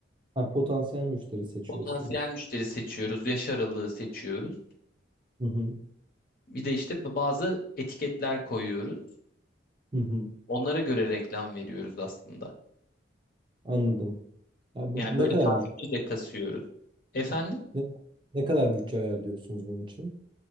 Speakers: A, on the right (about 25°); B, on the left (about 50°).
A: ha, potansiyel müşteri seçiyorsunuz.
B: Potansiyel müşteri seçiyoruz. Yaş aralığı seçiyoruz.
A: Hı hı,
B: Bir de işte bazı etiketler koyuyoruz.
A: hı hı.
B: Onlara göre reklam veriyoruz aslında.
A: Anladım. Ya bu,
B: Yani
A: ne
B: böyle
A: kadar
B: takipçi
A: bütçe
B: de kasıyoruz. Efendim?
A: ne, ne kadar bütçe ayarlıyorsunuz bunun için?